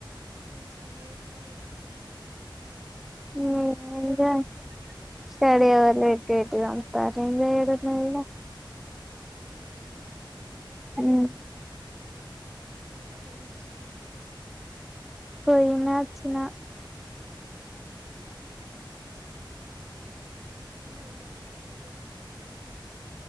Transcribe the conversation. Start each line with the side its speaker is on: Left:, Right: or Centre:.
Right: మంచిగా ఎంజాయ్ చేత్తరు కదా
Centre: హుమ్ఎంజాయ్ స్టడీ అవర్ పెట్టి చంపుతున్నారు ఎంజాయ్ ఏడున్నది ఈడ
Right: అంతేనా
Centre: ఉమ్
Right: పో అత్తరు అందరూ స్టడీ ఆవర్ కి
Centre: పోయిన అచ్చినా
Right: హుమ్ హు తిన్నావా మరి మధ్యానం సాయంత్రం